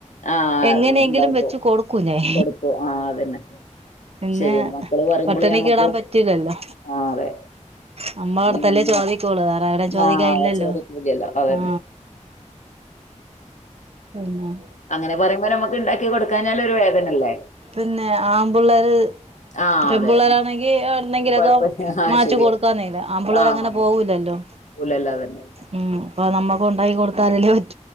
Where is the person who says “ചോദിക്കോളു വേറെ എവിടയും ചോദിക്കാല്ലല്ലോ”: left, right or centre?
Right